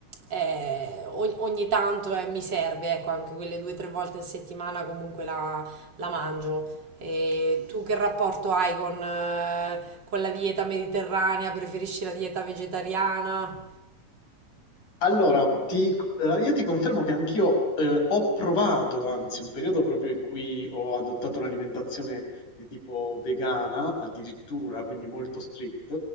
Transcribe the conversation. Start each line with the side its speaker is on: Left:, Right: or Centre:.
Right: eh, ogni, ogni tanto eh, mi serve, ecco, anche quelle due o tre volte a settimana comunque la, la mangio. E tu che rapporto hai con, eh, con la dieta mediterranea? Preferisci la dieta vegetariana?
Left: Allora, ti, eh, io ti confermo che anch'io eh, ho provato, anzi, un periodo proprio in cui ho adottato un'alimentazione di tipo vegana, addirittura, quindi molto strict,